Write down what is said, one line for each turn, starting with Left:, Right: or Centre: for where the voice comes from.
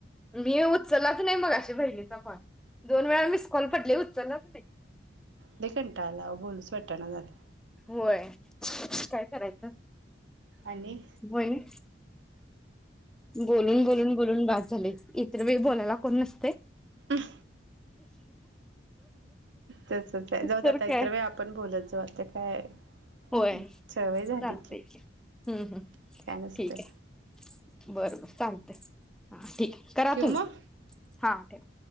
Centre: मी उचललाच नाही, मगाशी बहिणीचा कॉल दोन वेळा मिस कॉल पडले होत उचललाच नाही
Right: लई कंटाळा आलाय आओ बोलूच वाटना झालय.
Centre: होय, काय करायचं?
Right: आणि
Centre: व्हयनी बोलून बोलून बोलून बास झालंय इतर वेळी बोलायला कोण नस
Right: हं तसंच आहे, जाऊ दया
Centre: तर
Right: इतरवेळी
Centre: काय
Right: आपण बोलत जाऊ आता. <unintelligible>
Centre: होय
Right: सवय
Centre: चालतंय
Right: झाली
Centre: की हुं हुं
Right: काय नसतंय
Centre: ठीक आहे बर बर चालतंय. आ ठिकय करा,
Right: ठेवू
Centre: तुम्ह
Right: मग
Centre: हा ठेव.